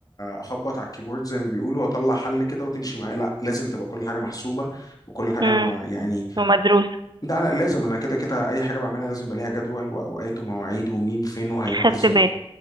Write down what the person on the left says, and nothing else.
اخبط على الكيبورد زي ما بيقولوا واطلع حل كده وتمشي معايا لا لازم تبقى كل حاجه محسوبه وكل حاجه
مع يعني
ده لا لازم انا كده كده اي حاجه بعملها لازم يبقى ليها جدول واوقات ومواعيد ومين فين وهيروح
ازاي